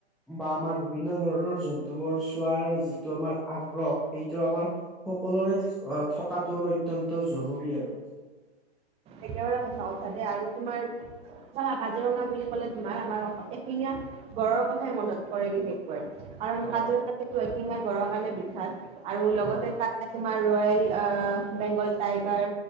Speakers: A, in the centre; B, on the right.
A: বা আমাৰ বিভিন্ন ধৰণৰ জন্তুবোৰ চোৱাৰ যিটো আমাৰ আগ্ৰহ সেইটো আমাৰ সকলোৰে <unintelligible> থকাতটো অত্যন্ত জৰুৰী আৰু।
B: একেবাৰে সঁচা কথা দে আৰু তোমাৰ চাবা কাজিৰঙা বুলি ক'লে তোমাৰ আমাৰ <unintelligible> এশিঙীয়া গড়ৰ কথাই মনত পৰে বিশেষকৈ। কাৰণ
A: হয়
B: কাজিৰঙা যিহেটো এশেঙিয়া গড়ৰ কাৰণে বিক্ষ্যাত আৰু লগতে
A: হয়
B: <unintelligible> তোমাৰ ৰয়েল অ' বেংগল টাইগাৰ